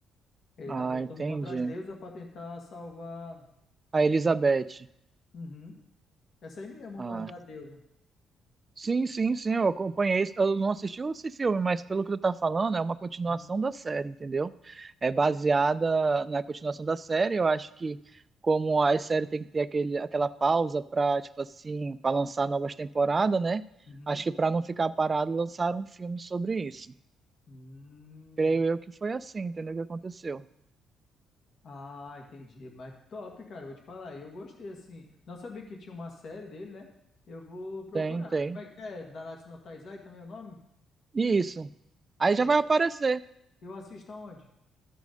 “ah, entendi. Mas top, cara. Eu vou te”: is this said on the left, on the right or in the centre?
Left